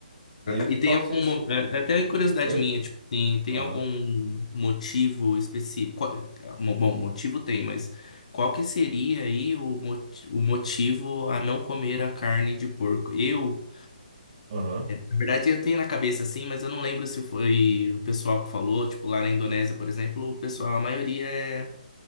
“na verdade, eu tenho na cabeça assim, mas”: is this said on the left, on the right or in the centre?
Left